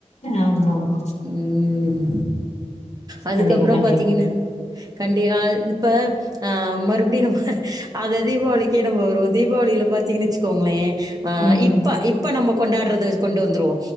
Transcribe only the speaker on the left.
ஆமாமா.
கண்டிப்பா, கண்டிப்பா.
ம்.